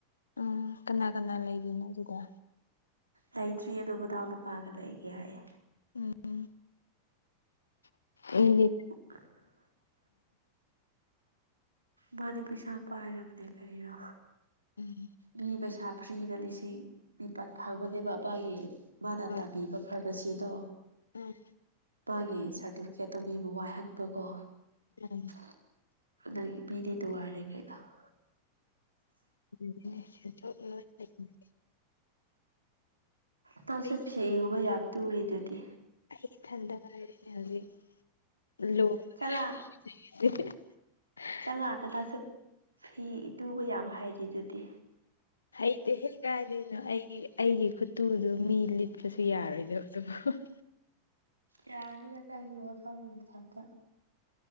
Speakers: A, on the left; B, on the right.
A: ꯎꯝ ꯀꯅꯥ ꯀꯅꯥ ꯂꯩꯔꯤꯅꯣ ꯑꯗꯨꯗ
B: ꯂꯩꯇ꯭ꯔꯤ ꯑꯗꯣ ꯃꯗꯥꯎ ꯅꯨꯄꯥꯒ ꯂꯩꯒꯦ ꯍꯥꯏꯌꯦ
A: ꯎꯝ ꯎ ꯑꯩ
B: <inaudible> <unintelligible> ꯃꯥꯗꯤ ꯄꯩꯁꯥ ꯄꯥꯏꯔꯕꯅꯦ ꯀꯔꯤꯅꯣ꯫
A: ꯎꯝ
B: ꯃꯤ ꯄꯩꯁꯥ ꯐ꯭ꯔꯤꯅ ꯂꯤꯁꯤꯡ ꯅꯤꯄꯥꯜ ꯐꯪꯕꯅꯦꯕ ꯃꯥꯒꯤ ꯃꯥꯅ
A: ꯍꯣꯏ
B: ꯇꯝꯕꯤ꯫ ꯐꯥꯔꯃꯥꯁꯤꯗꯣ꯫
A: ꯎꯝ꯫
B: ꯃꯥꯒꯤ ꯁꯥꯔꯇꯤꯐꯤꯀꯦꯠꯇꯣ ꯃꯤꯕꯨ ꯋꯥꯏꯍꯟꯕꯀꯣ꯫
A: ꯎꯝ꯫
B: <unintelligible>
A: <unintelligible>
B: ꯅꯪꯁꯨ
A: ꯑꯩ
B: ꯐꯤꯒꯨꯕ ꯌꯥꯝ ꯇꯨꯔꯤꯗꯨꯗꯤ
A: ꯑꯩ ꯏꯊꯟꯗ ꯉꯥꯏꯔꯤꯅꯦ ꯍꯧꯖꯤꯛ ꯂꯨ
B: ꯆꯂ <unintelligible> <inaudible>
A: <unintelligible> <inaudible>
B: ꯆꯂꯥꯅꯂꯁꯦ ꯐꯤ ꯇꯨꯕ ꯌꯥꯝ ꯍꯩꯔꯤ ꯗꯨꯗꯤ꯫
A: ꯍꯩꯇꯦꯍꯦ ꯀꯥꯏꯗꯣꯏꯅꯣ ꯑꯩꯒꯤ ꯑꯩꯒꯤ ꯈꯨꯠꯇꯨꯗꯨ ꯃꯤ ꯂꯤꯠꯄꯁꯨ ꯌꯥꯔꯣꯏꯗꯕ ꯑꯗꯨꯕꯨ꯫
B: ꯌꯥꯅꯤꯗ ꯅꯪꯒꯤ ꯋꯥꯈꯜ ꯃꯊꯟꯇꯥ